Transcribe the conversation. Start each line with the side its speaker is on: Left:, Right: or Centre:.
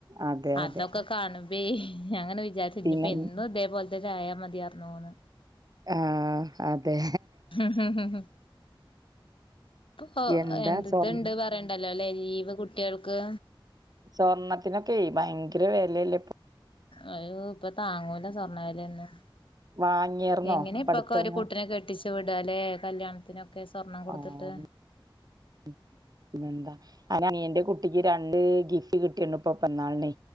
Right: അതെ
Left: അതൊക്കെ
Right: അതെ
Left: കാണുമ്പേ ഞാനങ്ങനെ വിചാരിച്ചു
Right: പിന്നെ
Left: ഇപ്പ എന്നും ഇതേ പോലത്തെയായ മതിയാർന്നുന്ന്
Right: ആഹ് അതെ
Left: <unintelligible> ഇപ്പൊ
Right: എന്താ
Left: എന്തുണ്ട്
Right: സ്വർ
Left: പറയണ്ടല്ലോ ലീവ് കുട്ടികൾക്ക്
Right: സ്വർണ്ണത്തിനൊക്കെയെ ഭയങ്കര വെല അല്ലേ ഇപ്പൊ
Left: അയ്യോ ഇപ്പൊ താങ്ങൂല സ്വർണ്ണവില ഒന്നും
Right: വാങ്ങിയർന്നോ
Left: എങ്ങനെ
Right: പഠിത്തന്ന്
Left: ഇപ്പൊക്കെ ഒരു കുട്ടിനെ കെട്ടി ട്ടിച്ചു വിടാല്ലേ കല്യാണത്തിനൊക്കെ സ്വർണം കൊടുത്തിട്ട്
Right: ആഹ് <unintelligible> അനിയന്റെ കുട്ടിക്ക് രണ്ട് ഗിഫ്റ്റ് കിട്ടിയാരുന്നു ഇപ്പൊ പെറന്നാളിനെ